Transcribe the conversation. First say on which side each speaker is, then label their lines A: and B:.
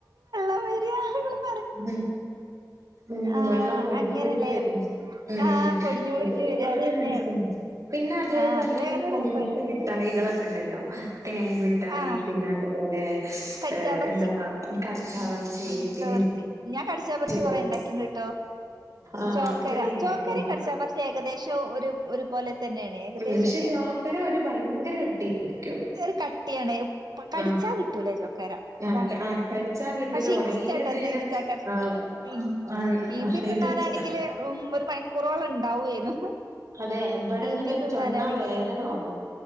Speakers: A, on the right; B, on the right.
A: വരുവാണ്.
B: ഉം ഉം
A: ആഹ്
B: വെള്ളം പൊടിഞ്ഞു
A: അങ്ങനെല്ലേ
B: പൊടിഞ്ഞു വരുന്നു ഉം
A: ആഹ് പൊടിഞ്ഞു പൊടിഞ്ഞു
B: അത്
A: വരാ
B: വേറെരസം.
A: അതന്നെ
B: പിന്നെ അതേപോലെ
A: ആഹ് അത്
B: തന്നെ
A: വേറെ
B: ഈ പണ്ടത്തെ
A: രസം
B: മിഠായികളൊക്കെ
A: ഉം
B: ഉണ്ടല്ലോ. ആഹ് തേൻ മിഠായി
A: ആഹ്
B: പിന്നെ അതുപോലെ
A: കടിച്ചാ
B: ഏഹ്
A: പർച്ചി
B: എന്താ <unintelligible> ഏഹ് പിന്നെ
A: <unintelligible> ഞാൻ കടിച്ചാ പറച്ചി
B: ജോക്ക്
A: കൊറേ ഇണ്ടാക്കിണ്ട് ട്ടോ,
B: ആഹ്
A: ജോക്കര
B: അത് ഇവടിം ഇണ്ടാക്കിണ്ട്
A: ജോക്കരയും കടിച്ചാ പറച്ചിയും ഏക ഏകദേശം ഒരു ഒരു ഒരു പോലെ തന്നെയാണ് ഏകദേശൊക്കെ,
B: ഉം പക്ഷെ ജോക്കര ഒരു ഭയങ്കര കട്ടിയായിരിക്കും
A: ഒരു കട്ടിയാണ് കടിച്ചാ
B: ആഹ്
A: കിട്ടൂല ചോക്കര അതാണേ
B: ആഹ് ആഹ് കടിച്ചാ കിട്ടൂല
A: പഷെ ഇൻക്ക്
B: കൊറേ
A: ഇഷ്ടാട്ടാ
B: നേരം
A: ഇത് <unintelligible>
B: ആഹ്
A: ഉം
B: ആഹ്
A: ഈമ്പി തിന്നാണെങ്കില്
B: ഇത് ചെ
A: ഉം ഒരു മണിക്കൂറോളം ഉണ്ടാവേനു.
B: അതെ ഇബടെ
A: ഈമ്പി
B: ഇങ്ങനെ
A: തിന്നാനാണെങ്കെ
B: ചൊണ്ണാ വേദനാവും
A: ഉം